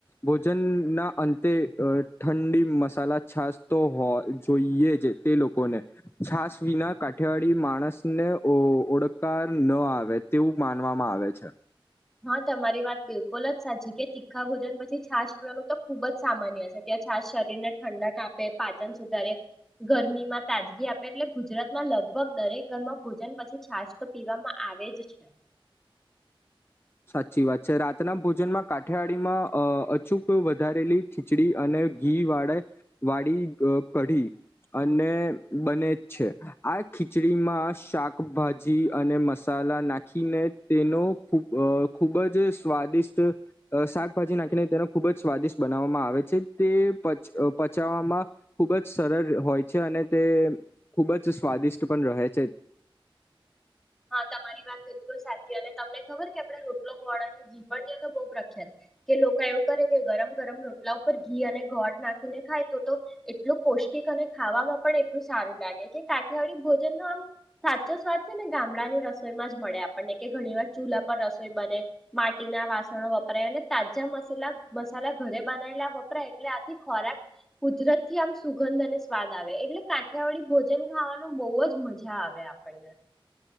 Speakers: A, on the left; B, in the centre.
A: ભોજનના અંતે અ ઠંડી મસાલા છાસ તો હો જોઈએ જ તે લોકોને છાસ વિના કાઠિયાિયાડી માણસને ઓ ઓળકાર ન આવે તેવું માનવામાં આવે છે.
B: હા તમારી વાત બિલકુલ જ સાચી કે તીખા ભોજન પછી છાશ પીવાનું તો ખૂબ જ સામાન્ય છે. ત્યાં છાસ શરીરને ઠંડક આપે, પાચન સુધારે, ગરમીમાં તાજગી આપે એટલે ગુજરાતમાં લગભગ દરેક ઘરમાં ભોજન પછી છાશ તો પીવામાં આવે જ છે.
A: સાચી વાત છે રાતના ભોજનમાં કાઠિયાડીમાં અ અચૂક વધારેલી ખીચડી અને ઘી વાળા વાળી કઢી અને બને જ છે. આ ખીચડીમાં શાકભાજી અને મસાલા નાખીને તેનો ખૂબ અ ખૂબ જ સ્વાદિષ્ટ અ શાકભાજી નાખીને તેને ખૂબ જ સ્વાદિષ્ટ બનાવવામાં આવે છે. તે પચ પચાવવામાં ખૂબ જ સરળ હોય છે અને તે ખૂબ જ સ્વાદિષ્ટ પણ રહે છે.
B: હા તમારી વાત બિલકુલ સાચી અને તમને ખબર કે આપણે રોટલો ગોળ અને ઘી પણ ત્યા તો બવ પ્રખ્યાત કે લોકો એવું કરે કે ગરમ ગરમ રોટલા ઉપર ઘી અને ગોળ નાખીને ખાય તો તો એટલું પૌષ્ટિક અને ખાવામાં પણ એટલું સારું લાગે કે કાઠિયાવાડી ભોજન નો આમ સાચો સ્વાદ છે ને ગામડાની રસોઈમાં જ મળે આપણને કે ઘણી વાર ચૂલા પર રસોઈ બને, માટીના વાસણો વપરાય અને તાજા મસાલા મસાલા ઘરે બનાયલા વપરાય એટલે આથી ખોરાક કુદરત થી આમ સુગંધ અને સ્વાદ આવે એટલે કાંઠિયાવાળી ભોજન ખાવાનું બહુ જ મજા આવે આપણને.